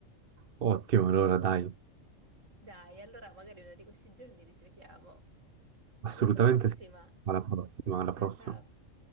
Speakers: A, on the right; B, on the right.
A: Ottimo, allora dai.
B: Dai, allora magari uno di questi giorni rigiochiamo.
A: Assolutamente
B: Alla prossima.
A: sì. Alla prossima, alla
B: Ciao
A: prossima.
B: ciao.